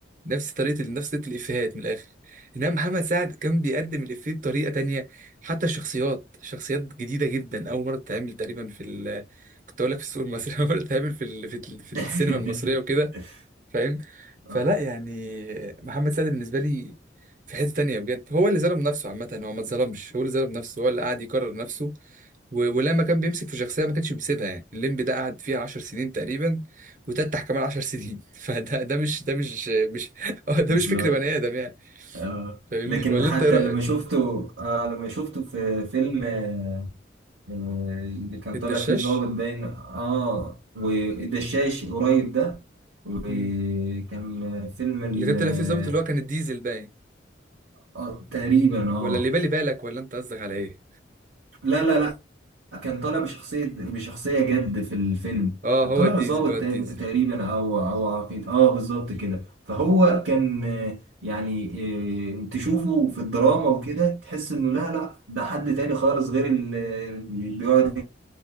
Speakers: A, on the right (about 45°); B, on the right (about 85°).
A: نفس طريقة نفس طريقة الإفيهات من الآخر إنما محمد سعد كان بيقدم الإفيه بطريقة تانية حتى الشخصيات شخصيات جديدة جدا أول مرة تتعمل تقريبا في ال كنت أقول لك في السوق المصري <laughs> أول مرة تتعمل في ال... في, ال... في السينما
B: <laughs>
A: المصرية وكده فاهم فلا
B: اه
A: يعني محمد سعد بالنسبة لي في حتة تانية بجد هو اللي ظلم نفسه عامة هو ما اتظلمش هو اللي ظلم نفسه هو اللي قاعد يكرر نفسه و- ولما كان بيمسك في شخصيه ما كانش بيسيبها يعني الليمبي ده قعد فيها 10 سنين تقريبا وتتح كمان 10 سنين <laughs> فده ده مش ده مش مش <laughs> آه، ده
B: <laughs> بالظبط
A: مش فكر بني ادم يعني
B: آه.
A: فاهمني
B: لكن
A: ولا
B: حتى
A: انت ايه رايك
B: لما شفته آه لما شفته في فيلم آه آه، اللي كان
A: الدشاش
B: طالع فيه ظابط باين اه والدشاش قريب ده وكان
A: مم.
B: فيلم ال-
A: اللي كان طلع فيه الظابط اللي هو كان الديزل باين
B: آه تقريبا اه
A: ولا اللي بالي بالك ولا انت قصدك على ايه
B: لا لا كان طالع بشخصية بشخصية جد في الفيلم
A: اه
B: كان
A: هو
B: طالع
A: الديزل
B: ظابط
A: هو الديزل
B: تا- تقريبا او او عقيد اه بالظبط كده فهو كان آه، يعني آه، تشوفه في الدراما وكده تحس انه لا لا ده حد تاني خالص غير اللي بيقعد